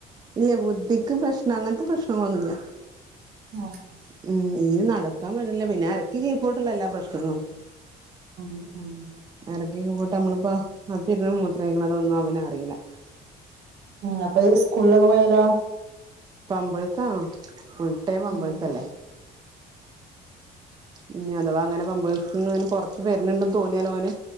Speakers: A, on the right; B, on the right.
A: ഇല്ല ബുദ്ധിക്ക് പ്രശ്നം അങ്ങൻത്തെ പ്രശ്നങ്ങളൊന്നുല്ല
B: ഓക്കെ
A: ഉം ഇഞ്ഞ് നടക്കാൻ പറ്റ്ണില്ല പിന്നെ അരക്ക് കീപ്പോട്ട്ള്ള എല്ലാ പ്രശ്നങ്ങളും
B: ഉം ആഹ്
A: നേരത്തെക്കെ പോയിട്ട് നമ്മളിപ്പോ അപ്പിടാ മൂത്രാെയ്ക്ക്ണതൊന്നും അവന് അറീലാ
B: ആഹ് അപ്പൊ ഈ സ്കൂൾലൊക്കെ പോയാലോ
A: പമ്പേഴ്സാണ് ഫുൾട്ടൈം പമ്പേഴ്സല്ലേ
B: ഉം
A: ഉം ഞ്ഞഥവാ അങ്ങനെ പമ്പേഴ്സ്ന്ന് അവന് പാെറത്ത് വര്ണ്‌ണ്ട് തോന്നിയാലോന് ഓന്